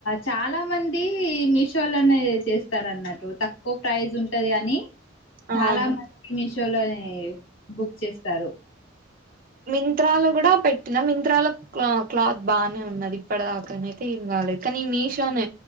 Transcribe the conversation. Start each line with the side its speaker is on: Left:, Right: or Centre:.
Left: చాలా మంది మీషో లోనే చేసేస్తారు అన్నట్టు తక్కువ ప్రైజ్ ఉంటది అని చాలా
Right: అవును
Left: మంది మీషో లోనే బుక్ చేస్తారు
Right: మింత్రాలో కూడా పెట్టినం మింత్రాలో క్లాత్ బానే ఉన్నది ఇప్పడి దాక అయితే ఏం కా కానీ ఈ మీషోనే